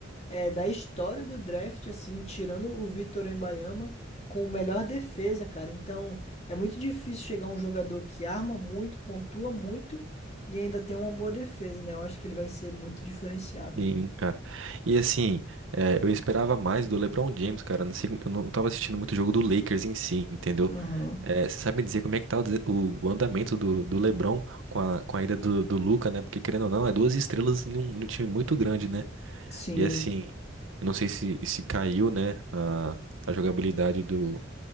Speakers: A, on the left (about 35°); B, on the right (about 75°).
A: é, da história do draft, assim, tirando o Victor Wembanyama com melhor defesa, cara. Então, é muito difícil chegar um jogador que arma muito, pontua muito e ainda tem uma boa defesa, né? Eu acho que ele vai ser muito diferenciado.
B: Sim, cara. E assim, eh, eu esperava mais do LeBron James, cara. Não sei, eu não tava assistindo muito o jogo do Lakers em si, entendeu?
A: Aham.
B: Eh, você sabe me dizer como é que tá o, des- o- o andamento do, do LeBron com a, com a ida do, do Luka, né? Porque querendo ou não, é duas estrelas num, num time muito grande, né?
A: Sim.
B: E assim, eu não sei se, se caiu, né, a, a jogabilidade do,